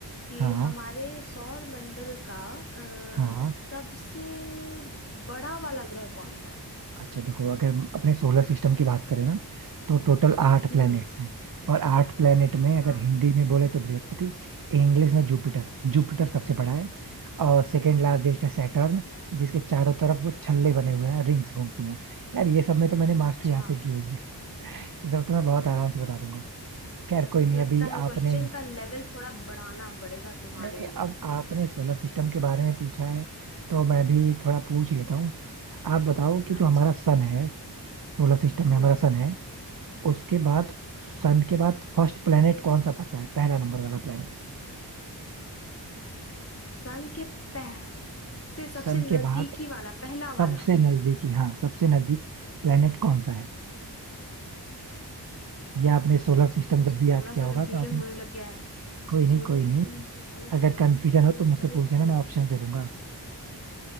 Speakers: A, on the left (about 35°); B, on the right (about 55°).
A: कि
B: हाँ
A: हमारे सौर मंडल का अ,
B: हाँ
A: सबसे बड़ा वाला ग्रह कौन सा है
B: अच्छा देखो अगर अपने सोलर सिस्टम की बात करें ना तो टोटल आठ
A: हम्म
B: प्लैनेट्स हैं और आठ प्लैनेट में
A: हाँ
B: अगर हिंदी में बोले तो बृहस्पति इंग्लिश में जुपिटर जुपिटर सबसे बड़ा है और सेकंड लार्जेस्ट है सैटर्न जिसके चारों तरफ वो छल्ले बने हुए हैं रिंग्स घूमती हैं यार ये सब में तो मैंने
A: अच्छा
B: मास्टरी हासिल की हुई है ये सब तो मैं बहुत आराम से बता दूंगा खैर कोई नहीं
A: लगता
B: अभी
A: है क्वेश्चन
B: आपने
A: का लेवल थोड़ा बढ़ाना पड़ेगा तुम्हारे
B: नहीं नहीं
A: लिए
B: अब आपने सोलर सिस्टम के बारे में पूछा है तो मैं भी थोड़ा पूछ ही लेता हूँ आप बताओ कि जो
A: अच्छा
B: हमारा सन है सोलर सिस्टम
A: हम्म
B: में हमारा सन है उसके बाद सन के बाद फर्स्ट प्लेनेट कौन सा पड़ता है पहला नंबर वाला प्लेनेट
A: सन के पह से सबसे
B: सन
A: नजदीकी
B: के बाद
A: वाला पहला
B: सबसे
A: वाला
B: नजदीकी हाँ सबसे नजदीक प्लेनेट कौन सा है ये आपने सोलर
A: अरे
B: सिस्टम
A: यार इसमें
B: जब भी याद
A: थोड़ा सा
B: किया होगा
A: कंफ्यूजन
B: तो आपने
A: होने लग गया है
B: कोई
A: सोलर
B: नहीं कोई
A: सिस्टम
B: नहीं
A: अगर श-
B: अगर कंफ्यूजन
A: शुरू
B: हो तो मुझसे
A: करे
B: पूछ लेना
A: तो
B: मैं ऑप्शन दे दूंगा